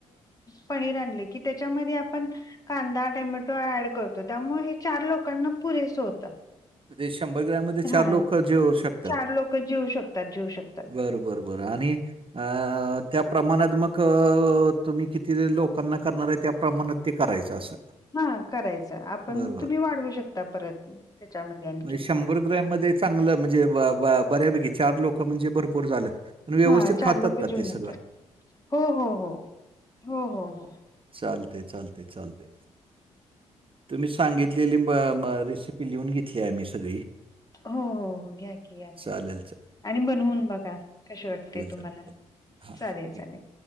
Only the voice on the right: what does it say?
म्हणजे ग्रॅममध्ये
लोकं जेवू शकतात.
बरं बरं बरं आणि अ, त्या प्रमाणात मक, तुम्ही किती लोकांना करणार आहे त्या प्रमाणात ते करायचं असं.
बरं बरं.
म्हणजे शंभर ग्रमध्ये चांगलं म्हणजे, बा, ब, बऱ्यापैकी चार लोक म्हणजे भरपूर झालं. पण व्यवस्थित
खातात
का
ते सगळं
चालतय, चालतय, चालतय. तुम्ही सांगितलेली ब, ब रेसिपी ती लिहून घेतली आम्ही सगळी.
चालेल, च
चालेल. हां.